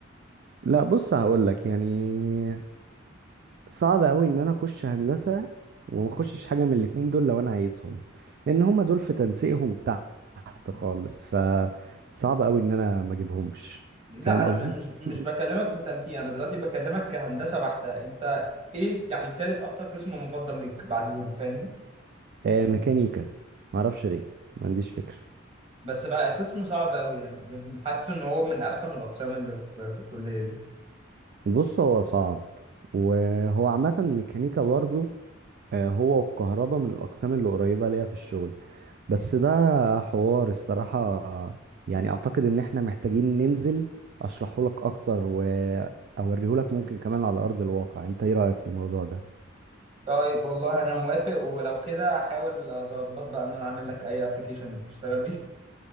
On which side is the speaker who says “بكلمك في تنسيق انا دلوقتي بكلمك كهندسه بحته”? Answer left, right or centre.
Right